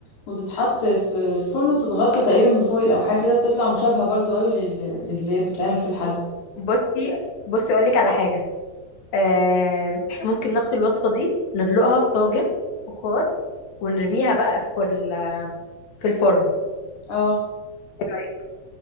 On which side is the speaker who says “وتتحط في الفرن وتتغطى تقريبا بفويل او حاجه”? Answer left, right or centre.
Left